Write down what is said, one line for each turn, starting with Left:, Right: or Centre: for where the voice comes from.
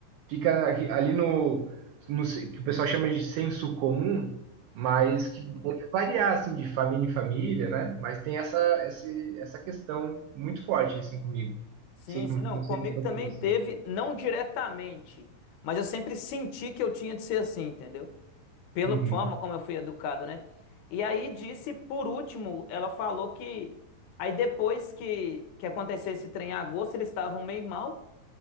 Right: Fica aqui- ali no, no ce- que o pessoal chama de senso comum, mas que pode variar assim de família em família, né? Mas tem essa esse- essa questão muito forte assim comigo.
Left: Sim,
Right: Sei como,
Left: sim, não,
Right: não
Left: comigo
Right: sei como foi
Left: também
Right: com você.
Left: teve, não diretamente, mas eu sempre senti que eu tinha de ser assim, entendeu? Pela
Right: Uhum,
Left: forma como eu fui educado, né? E aí disse, por último, ela falou que aí depois que, que aconteceu esse trem em agosto, eles estavam meio mal,